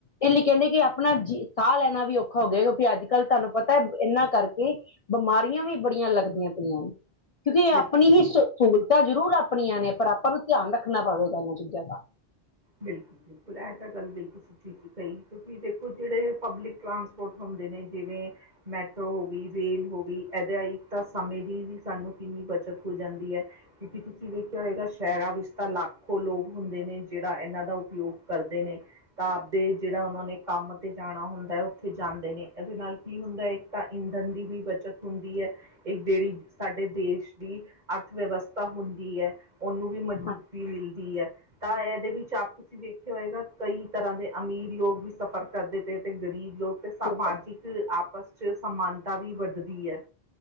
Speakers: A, on the left; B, on the right.
A: ਇਹ ਲਈ ਕਹਿੰਦੇ ਕਿ ਆਪਣਾ ਸਾਹ ਲੈਣਾ ਵੀ ਔਖਾ ਹੋ ਗਿਆ ਕਿਉਂਕਿ ਅੱਜ - ਕੱਲ੍ਹ ਤੁਹਾਨੂੰ ਪਤਾ ਇਹਨਾਂ ਕਰਕੇ ਬਿਮਾਰੀਆਂ ਵੀ ਬੜੀਆਂ ਲੱਗਦੀਆਂ ਪਈਆਂ ਨੇ ਕਿਉਂਕਿ ਆਪਣੀ
B: ਬਿਲਕੁਲ।
A: ਹੀ ਸ ਸਹੂਲਤਾਂ ਜ਼ਰੂਰ ਆਪਣੀਆਂ ਨੇ, ਪਰ ਆਪਾਂ ਨੂੰ ਧਿਆਨ ਰੱਖਣਾ ਪਵੇਗਾ ਇਹਨਾਂ ਚੀਜ਼ਾਂ ਦਾ
B: ਬਿਲਕੁਲ - ਬਿਲਕੁਲ ਐ ਤਾਂ ਗੱਲ ਬਿਲਕੁਲ ਸਹੀ ਬਿਲਕੁਲ ਸਹੀ ਕਿਉਂਕਿ ਦੇਖੋ ਜਿਹੜੇ ਪਬਲਿਕ ਟਰਾਂਸਪੋਰਟ ਹੁੰਦੇ ਨੇ ਜਿਵੇਂ ਮੈਟਰੋ ਹੋ ਗਈ ਰੇਲ ਹੋ ਗਈ ਇਹਦੇ ਹੀ ਤਾਂ ਸਮੇਂ ਦੀ ਵੀ ਸਾਨੂੰ ਕਿੰਨੀ ਬੱਚਤ ਹੋ ਜਾਂਦੀ ਹੈ ਕਿਉਂਕਿ ਤੁਸੀਂ ਵੇਖਿਆ ਹੋਏਗਾ ਸ਼ਹਿਰਾਂ ਵਿੱਚ ਤਾਂ ਲਾੱਖੋ ਲੋਕ ਹੁੰਦੇ ਨੇ ਜਿਹੜਾ ਇਹਨਾਂ ਦਾ ਉਪਯੋਗ ਕਰਦੇ ਨੇ ਆਪਦੇ ਜਿਹੜਾ ਉਹਨਾਂ ਨੇ ਕੰਮ ਤੇ ਜਾਣਾ ਹੁੰਦਾ ਉੱਥੇ ਜਾਂਦੇ ਨੇ ਇਹਦੇ ਨਾਲ ਕੀ ਹੁੰ ਤੇ ਇੱਕ ਤਾਂ ਇੰਦਨ ਦੀ ਵੀ ਬੱਚਤ ਹੁੰਦੀ ਹੈ। ਇੱਕ ਜਿਹੜੀ ਸਾਡੇ ਦੇਸ਼ ਦੀ ਅਰਥ ਵਿਵਸਥਾ ਹੁੰਦੀ ਹੈ ਉਹਨੂੰ ਵੀ ਮਜ਼ਬੂਤੀ
A: ਹਾਂ
B: ਮਿਲਦੀ ਹੈ, ਤਾਂ ਇਹਦੇ ਵਿੱਚ ਆਪ ਤੁਸੀਂ ਵੇਖਿਆ ਹੋਏਗਾ ਕਈ ਤਰ੍ਹਾਂ ਦੇ ਅਮੀਰ ਲੋਕ ਵੀ ਸਫ਼ਰ ਕਰਦੇ ਪਏ ਤੇ ਗਰੀਬ ਲੋਕ ਤੇ ਸਮਾਜਿਕ
A: ਬਿਲਕੁਲ
B: ਆਪਸ ਚ ਸਮਾਨ ਤਾਂ ਵੀ ਵੱਧਦੀ ਏ।